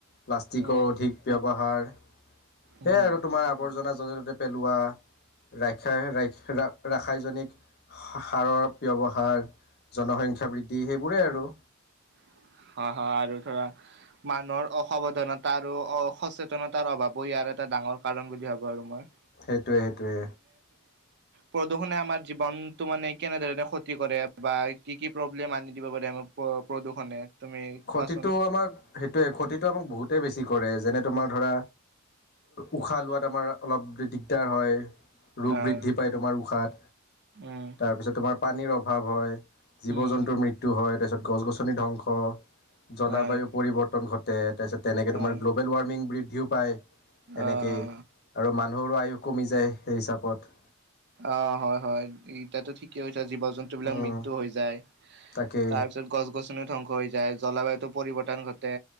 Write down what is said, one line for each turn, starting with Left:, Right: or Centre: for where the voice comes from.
Left: প্লাষ্টিকৰ
Right: উম
Left: অধিক ব্যৱহাৰ।
Right: উম
Left: সেয়াই আৰু তোমাৰ আৱৰ্জনা য'তে ত'তে পেলোৱা। ৰা ৰা ৰাসায়নিক সাৰৰ ব্যৱহাৰ। জনসংখ্যা বৃদ্ধি সেইবোৰেই আৰু।
Right: <inaudible> হয় হয় আৰু ধৰা মানুহৰ অসাৱধানতা অ সচেতনতাৰ অভাৱো ইয়াৰ এটা ডাঙৰ কাৰণ বুলি ভাবোঁ আৰু মই।
Left: সেইটোৱে সেইটোৱে
Right: প্ৰদূষনে আমাৰ জীৱনতটো মানে কেনেধৰণে ক্ষতি কৰে বা কি কি প্ৰব্লেম আনি দিব পাৰে। প্ৰদূষণে তুমি
Left: ক্ষতিতটো
Right: কোৱাচোন
Left: আমাক সেইটোৱে ক্ষতিটো আমাক বহুতেই বেছি কৰে যেনে তোমাৰ ধৰা উশাহ লোৱাত আমাৰ অলপ দিগদাৰ হয়। ৰোগ
Right: আহ
Left: বৃদ্ধি পায় তোমাৰ উশাত,
Right: উম
Left: তাৰপিছত তোমাৰ পানীৰ অভাৱ হয়। জীৱ
Right: উম
Left: জন্তুৰ মৃত্যু হয় তাৰপিছত গছ গছনি, ধ্বংস জলবায়ু
Right: আহ
Left: পৰিৱৰ্তন ঘট। তাৰপিছত তেনেকে তোমাৰ
Right: আহ
Left: গ্ল'বেল ৱাৰ্মিং বৃদ্ধিও পায়, সেনেকে
Right: আহ
Left: আৰু। মানুহৰো আয়ুখ কমি যায় সেই হিচাপত।
Right: অ হয় হয় এতিয়াটো ঠিকেই হৈছে জীৱ জন্তু বিলাক
Left: উম
Right: মৃত্যু হৈ যায়। তাৰ
Left: তাকেই
Right: পিছত গছ গছনিও ধ্বংস হৈ যায়। জলবায়ুতো পৰিৱৰ্তন ঘটে